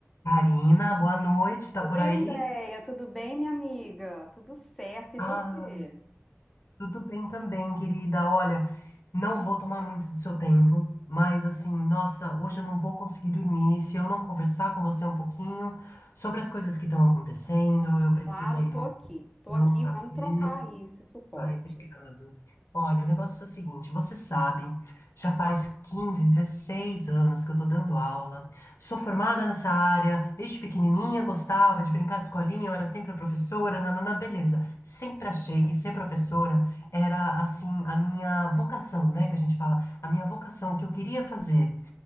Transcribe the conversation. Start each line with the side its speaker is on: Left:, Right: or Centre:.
Left: Karina, boa noite, tá
Centre: Oi,
Left: por aí?
Centre: Andréia, tudo bem, minha amiga? Tudo certo, e
Left: Ah,
Centre: você?
Left: tudo bem também, querida. Olha, não vou tomar muito do seu tempo, mas assim, nossa, hoje eu não vou conseguir dormir se eu não conversar com você um pouquinho sobre as coisas que estão acontecendo. Eu preciso
Centre: Claro,
Left: aí
Centre: eu tô
Left: de uma,
Centre: aqui, tô
Left: de
Centre: aqui,
Left: um papel.
Centre: vamos trocar aí esse suporte.
Left: Ai, obrigado. Olha, o negócio é o seguinte, você sabe, já faz 15, 16 anos que eu tô dando aula. Sou formada nessa área, desde pequenininha gostava de brincar de escolinha, eu era sempre a professora, nanana, beleza. Sempre achei que ser professora era assim a minha vocação, né, que a gente fala, a minha vocação, o que eu queria fazer.